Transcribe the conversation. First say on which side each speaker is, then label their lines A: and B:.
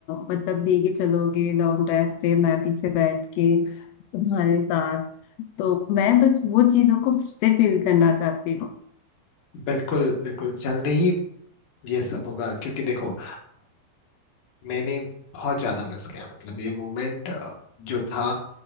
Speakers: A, on the left; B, on the left.
A: मतलब लेके चलोगे लॉन्ग ड्राइव पे मैं पीछे बैठ के तुम्हारे साथ तो मैं बस वो चीजों को फिर से फील करना चाहती हूँ
B: बिल्कुल बिल्कुल जल्दी ही ये सब होगा क्योंकि देखो मैंने बहुत ज्यादा मिस किया मतलब ये मोमेंट जो था